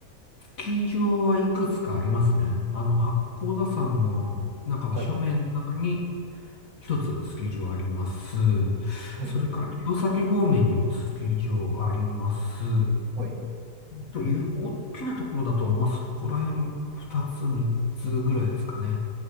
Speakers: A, on the left; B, on the right.
A: スキー場はいくつかありますね。あの、八甲田山の中の斜面の中に
B: はいはい。
A: 一つスキー場あります。
B: はいはい。
A: それから、弘前方面にもスキー場あります。
B: はいはい。
A: という、大きなところだと、まあ、そこら辺、二つ、三つぐらいですかね。